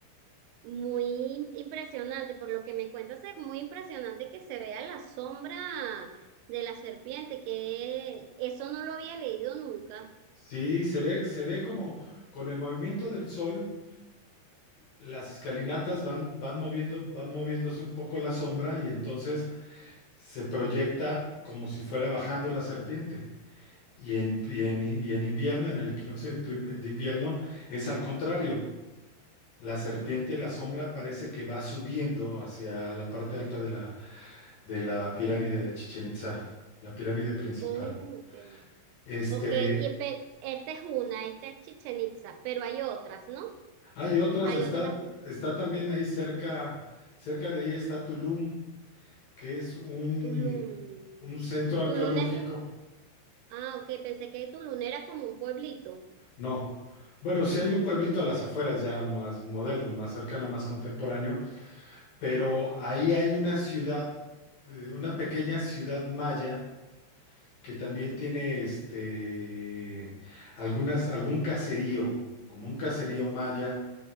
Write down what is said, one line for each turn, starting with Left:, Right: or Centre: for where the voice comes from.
Right: Muy impresionante, por lo que me cuentas, es muy impresionante que se vea la sombra de la serpiente, que eso no lo había leído nunca.
Left: Sí, se ve, se ve como con el movimiento del sol, las escalinatas van, van moviendo, van moviéndose un poco la sombra y entonces se proyecta como si fuera bajando la serpiente. Y en, y en- y en invierno, en el equinoccio de prim- de invierno, es al contrario. La serpiente, la sombra, parece que va subiendo hacia la parte alta de la, de la pirámide de Chichen Itza, la pirámide principal.
Right: Oh, ok.
Left: Este,
Right: Ok, y pe- esta es una, esta es Chichen Itza, pero hay otras, ¿no?
Left: hay otras,
Right: Hay
Left: está,
Right: otras, pues,
Left: está también ahí cerca, cerca de ahí está Tulum, que es un,
Right: Tulum.
Left: un centro arqueológico
Right: Tulum es un... Ah, ok, pensé que Tulum era como un pueblito.
Left: No. Bueno, sí hay un pueblito a las afueras ya más moderno, más cercano, más contemporáneo, pero ahí hay una ciudad, eh, una pequeña ciudad maya que también tiene este algunas algún caserío, como un caserío maya